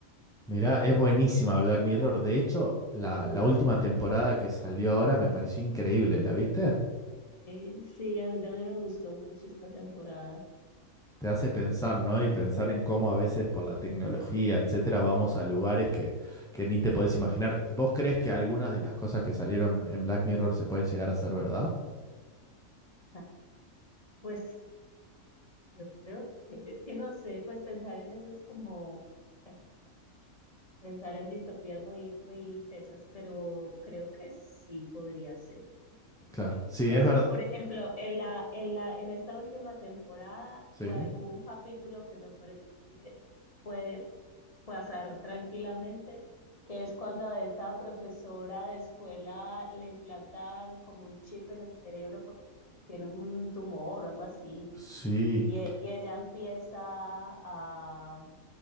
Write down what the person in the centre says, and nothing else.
Mirá, es buenísima Black Mirror. De hecho, la, la última temporada que salió ahora me pareció increíble, ¿la viste?
Te hace pensar, ¿no? Y pensar en cómo a veces por la tecnología, etcétera, vamos a lugares que, que ni te podés imaginar. ¿Vos crees que algunas de las cosas que salieron en Black Mirror se pueden llegar a ser verdad?
Claro. Sí,
es verdad.
Sí.
Sí.